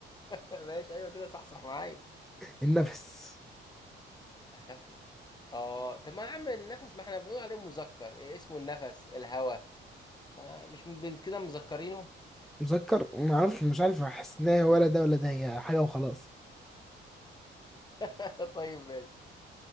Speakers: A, on the left; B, in the centre.
A: ماشي ايوه كده صح صح معايا
B: النفس
A: اخفي اه طب ما يا عم النفس ما احنا بنقول عليه مذكر إيه اسمه النفس الهوى ما مش م- بن- كده مذكرينه
B: مسكر ما اعرفش مش عارف احس ان هي ولا ده ولا ده هي حاجة وخلاص
A: <laughs> طيب ماشي